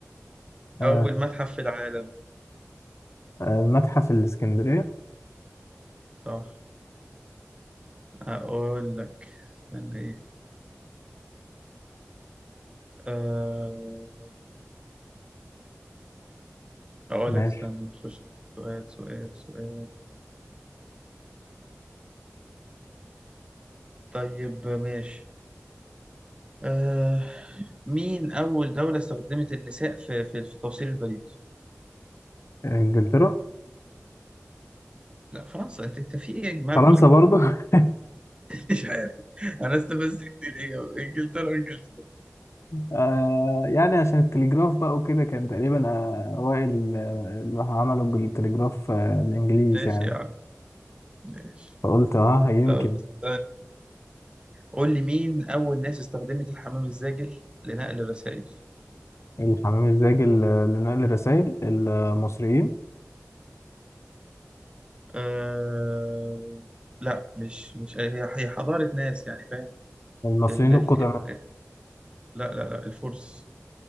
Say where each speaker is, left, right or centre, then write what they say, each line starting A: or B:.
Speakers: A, on the left (about 60°); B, on the right (about 20°).
A: آه،
B: اول متحف في العالم
A: آه، متحف الاسكندريه
B: صح اقول لك استنى ايه أه... اقول
A: ماشي
B: لك استنى نخش سؤال سؤال سؤال طيب ماشي أه... مين اول دوله استخدمت النساء في في, في توصيل البريد
A: انجلترا
B: لا فرنسا انت انت في ايه يا جماعه
A: فرنسا برضو <laughs>
B: مش عارف انا استفزت كتير ايه انجلترا انجلترا
A: آه يعني عشان التليجراف بقى وكده كان تقريبا آه، اوائل آه، اللي عملوا بالتليجراف آه، الانجليز
B: ماشي
A: يعني
B: يا عم ماشي
A: فقلت اه يمكن
B: طب استنى قول لي مين اول ناس استخدمت الحمام الزاجل لنقل الرسائل
A: الحمام الزاجل آه، لنقل الرسائل المصريين
B: أه... لا مش مش هي هي حضارة ناس يعني فاهم
A: المصريين
B: ال... ال...
A: القدماء
B: ال... لا لا لا الفرس